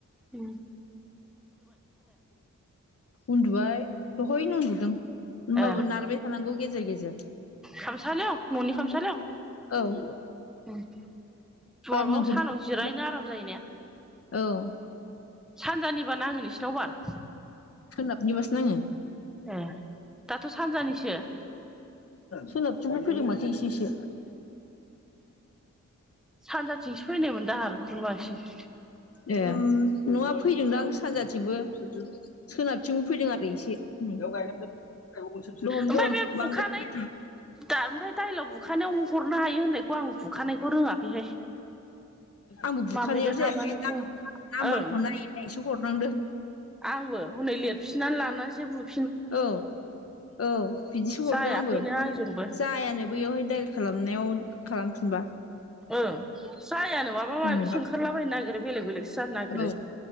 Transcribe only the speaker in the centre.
उ
ए
खामसालियाव न'नि खामसालियाव
उ जवाबाव
सानाव जिरायनो आराम जायोने
सानजानिबा नाङो नोंसिनाव बार
ए दाथ' सानजानिसो
सानजाथिंसो फैनायमोन दाह आरो बेखौनो बांसिन
ओमफ्राय
बे बुखानाय
दा ओमफ्राय दाइलआव बुखानायाव हरनो हायो होननायखौ आं बुखानायखौ रोङाखैहाय
माबायदियाव
थांनानै बुङो
ओं
आंबो हनै लिरफिननानै लानानैसो बु
जायाखैनो
आंजोंबो
ओ जायानो माबा माबि
ओंखारलाबायायनो नागिरो बेलेग बेलेग जार
नागिरो